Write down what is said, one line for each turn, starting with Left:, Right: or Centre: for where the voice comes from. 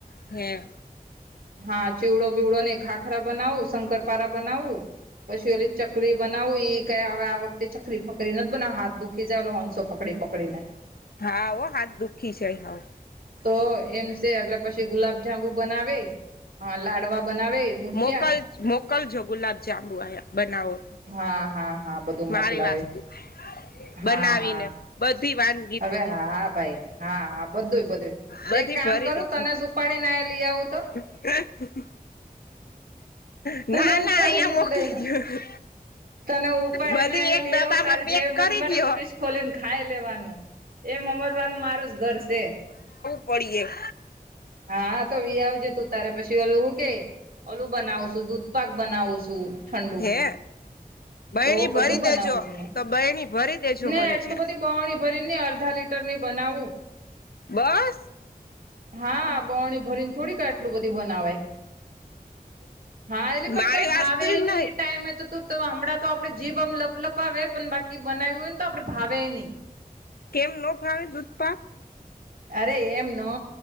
Left: હમ્મ.
Right: હા ચેવડો બેવડો નય ખાખરા બનાવું શક્કરપારા બનાવું. પછી ઓલી ચકરી બનાવું એ કઈ હવે આ વખતે ચકરી ફકરી નથી બનાવી હાથ દુઃખી જાય ઓલો હંચો પકડી પકડીને
Left: હા હો હાથ દુઃખી જાય હવ
Right: તો એમ છે એટલે પછી ગુલાબજાંબુ બનાવે હા લાડવા બનાવે મુઠિયા
Left: મોકલ મોકલજો ગુલાબજાંબુ આયા બનાવો
Right: હા હા હા બધું
Left: મારી
Right: મોકલાવે
Left: વાસ્તુ
Right: હા
Left: બનાવીને
Right: હા
Left: બધી વાં
Right: હવે હા ભાઈ હા હા બધું જ બધું જ
Left: બધી
Right: એક કામ
Left: ભરી
Right: કરું
Left: દેજો
Right: તને જ ઉપાડીને લઈ આવું તો
Left: <inaudible> ના
Right: તને
Left: ના
Right: ઉપાડીને
Left: અહીંયા મોકલી
Right: જ લઈ જાવ.
Left: દયો
Right: તને ઉપાડીને
Left: બધી
Right: અહીયા
Left: એક
Right: લઈ
Left: ડબ્બામાં
Right: આવ તારે
Left: પેક
Right: જે મન
Left: કરી
Right: પડે
Left: દયો
Right: ને ફ્રિશ ખોલીને ખાઈ લેવાનું. એમ હમજવાનું મારું જ ઘર છે
Left: પડી એ
Right: હા તો વી આવજે તું તારે પછી ઓલું શું કે ઓલું બનાવશું દૂધપાક બનાવું છું ઠંડુ.
Left: હે બહેણી
Right: તો બધું
Left: ભરી
Right: બનાવું
Left: દેજો
Right: છું મે
Left: તો બહેણી ભરી દેજો
Right: ને
Left: મને
Right: એટલું
Left: છે
Right: બધી બોણી બરણી અડધા લીટરની બનાવું.
Left: બસ
Right: હા બરણી ભરીને થોડીક આટલું બધી બનાવાય હા એટલે પણ
Left: મારી
Right: કઈ
Left: વાસ્તુ
Right: ભાવ નઈ
Left: નહી
Right: એ ટાઈમ તો તું તો હમણાં તો આપડે જીભ આમ લબ લબાવે પણ બાકી બનાવ્યું હોય ને તો આપડે ભાવે ની
Left: કેમ નો ફાવે દૂધપાક
Right: અરે એમ નય